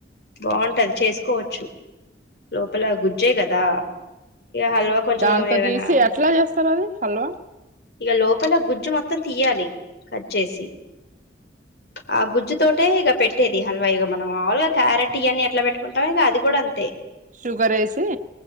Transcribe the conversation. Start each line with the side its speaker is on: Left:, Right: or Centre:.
Left: బాగుంటది
Right: ఊహూ
Left: చేసుకోవచ్చు లో పపల గుజ్జే కదా హల్వా
Right: ఆ
Left: కొంచెం
Right: దాంతో
Left: ఏమైనా
Right: తీసి ఎట్లా చేస్తారు అది హల్వా
Left: ఇక లోపల గుజ్జు మొత్తం తీయాలి కట్ చేసి ఆ గుజ్జు తోటె ఇక పెట్టేది హల్వా ఇక మనం మావులుగా క్యారెట్ ఇవన్న ఎట్లా పెట్టుకుంటామ ఇక అది కూడా అంతే
Right: షుగర్ వేసి